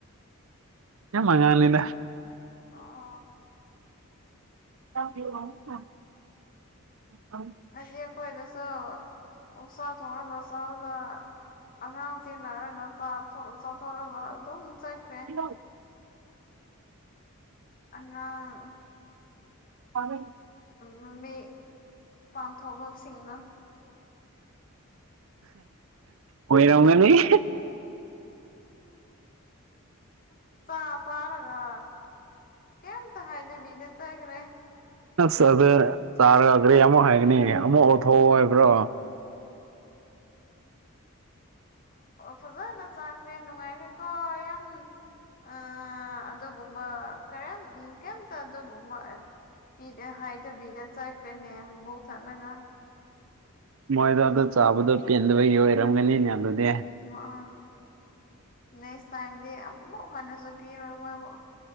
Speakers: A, on the right; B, on the left.
A: ꯌꯥꯝ ꯑꯥꯉꯥꯡꯅꯤꯗ
B: ꯑꯣ
A: <unintelligible>
B: ꯉꯁꯤ ꯑꯩꯈꯣꯏꯗꯁꯨ ꯑꯣꯛꯁꯥ ꯊꯣꯡꯒ ꯆꯥꯎꯗ ꯑꯉꯥꯡꯁꯤ ꯅꯥꯔꯒ ꯆꯥꯊꯣꯛꯔꯒ ꯑꯗꯨꯝ ꯆꯠꯈ꯭ꯔꯦ
A: ꯍꯣ
B: ꯑꯉꯥꯡ
A: <unintelligible>
B: ꯃꯦꯝꯃꯤ ꯄꯝ ꯐꯣꯕꯁꯤꯡꯅꯣ
A: ꯑꯣꯏꯔꯝꯒꯅꯤ
B: ꯆ ꯆꯔꯒ ꯀꯦꯜꯇ ꯍꯥꯏꯗꯦ ꯤꯗ ꯆꯒ꯭ꯔꯦ
A: ꯑꯁ ꯑꯗꯨꯗ ꯆꯥꯔꯒ ꯀꯔꯤ ꯑꯃꯨꯛ ꯍꯥꯏꯒꯅꯤ ꯑꯃꯨꯛ ꯑꯣꯊꯣꯛ ꯍꯥꯏꯕ꯭ꯔꯣ
B: ꯐꯖꯅ ꯆꯥꯈ꯭ꯔꯦ ꯅꯨꯡꯉꯥꯏꯔꯦꯀꯣ ꯌꯥꯝ ꯑ ꯑꯗꯨꯒꯨꯝꯕ ꯀꯔꯤꯝ ꯀꯩꯝꯇ ꯑꯗꯨꯒꯨꯝꯕ ꯄꯤꯗ ꯍꯥꯏꯗꯕꯤꯗ ꯆꯠꯈ꯭ꯔꯦꯅꯦ ꯣꯛ ꯊꯠꯂꯒ
A: ꯃꯣꯏꯗꯣ ꯑꯗ ꯆꯥꯕꯗꯣ ꯄꯦꯟꯗꯕꯒꯤ ꯑꯣꯏꯔꯝꯒꯅꯤꯅꯦ ꯑꯗꯨꯗꯤ
B: ꯑꯥ ꯅꯦꯛꯁ ꯇꯥꯏꯝꯗꯤ ꯑꯃꯨꯛ ꯍꯟꯅꯁꯨ ꯄꯤꯔꯣꯏ ꯃꯣꯏꯕꯨ